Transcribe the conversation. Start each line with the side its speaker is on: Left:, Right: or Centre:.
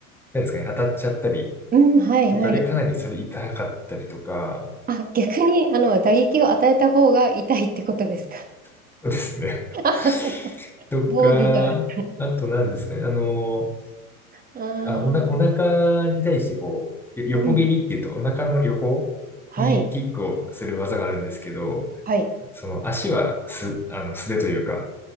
Centre: なんですかね、当たっちゃったり
Right: うん、はい、
Centre: とかでかなりそれ痛かったりとか、
Right: はい。あ、逆に、あの、打撃を与えた方が痛いってことですか。
Centre: そうですね。
Right: あ <laughs>
Centre: <laughs> とか、
Right: 防具がある。
Centre: あと何ですかね、あの、
Right: あ
Centre: あ、おな、お腹に対してこう、よ横蹴りっていうと、
Right: ー、うん。
Centre: お腹の横にキックをする技があるんですけど、
Right: はい。はい。
Centre: その足はす、あの、素手というか、